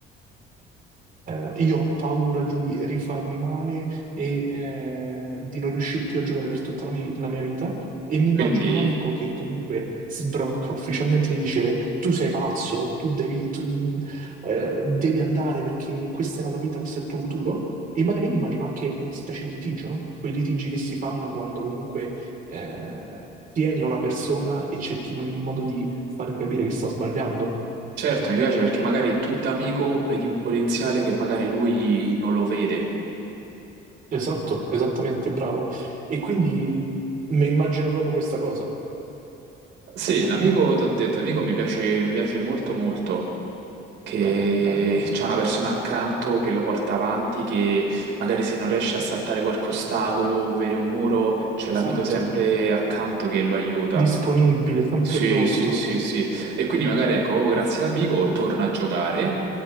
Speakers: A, on the right (about 45°); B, on the right (about 65°).
A: eh, io ho paura di rifarmi male e eh, di non riuscire più a giocare per tutta la, mi- la mia vita. E mi immagino
B: quindi
A: l'amico che comunque sbrocca ufficialmente e gli dice: Tu sei pazzo, tu devi, tu, eh, devi andare perché questa è la tua vita, questo è il tuo futuro. E magari mi immagino anche una specie di litigio, no? Quei litigi che si fanno quando comunque eh, tieni a una persona e cerchi in ogni modo di fargli capire che sta sbagliando.
B: certo mi piace perché magari tu da amico vedi un potenziale che magari lui non lo vede.
A: Esatto, esattamente, bravo. E quindi mi immagino proprio questa cosa.
B: Sì, l'amico, ti ho detto, amico mi piace, mi piace molto molto, che
A: Bene, bene, bene, bene.
B: c'è una persona accanto che lo porta avanti, che magari se non riesce a saltare qualche ostacolo o vede un muro, c'è l'amico
A: Esatto.
B: sempre accanto che lo aiuta.
A: Disponibile, sempre
B: Sì,
A: pronto.
B: sì, sì, sì. E quindi magari ecco, proprio grazie all'amico torna a giocare